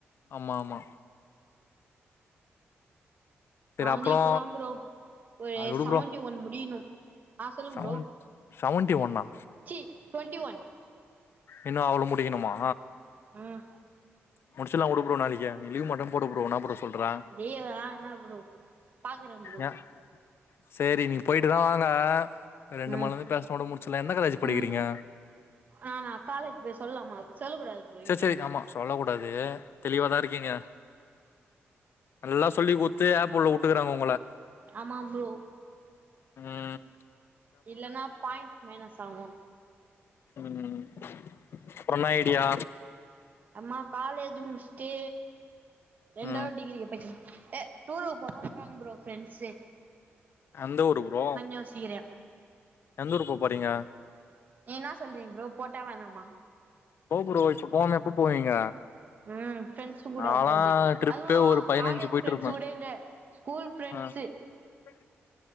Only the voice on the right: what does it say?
நானு
இப்பதா ப்ரோ ஒரு
செவன்டி
ஒன் முடியணு ஆ சொல்லுங்க
ப்ரோ
சி டவெண்ட்டி ஒன்
ம்
லீவ்வா என்ன ப்ரோ பாக்குறே ப்ரோ
ம்
ம் ஆ நா காலேஜ் பேர் சொல்லாமா சொல்லக் கூடாது ப்ரோ
இங்க
ஆமாம் ப்ரோ
இல்லன்னா பாயிண்ட் மைனஸ் ஆகு
அம்மா காலேஜு முட்ச்சுட்டு ரெண்டாவது
டிகிரி எப்படிக்க ஏ டூரு போலாங்ற ப்ரோ ஃரெண்ட்ஸூ
யோசிகிறே
நீன்னா சொல்றீங்க ப்ரோ போட்டா வேணாமா
உம் ப்ரெண்ட்ஸ் கூட
போது
அதுவு
காலேஜ்
பிரெண்ட்ஸ் கூட இல்ல ஸ்கூல் ஃப்ரெண்ட்ஸு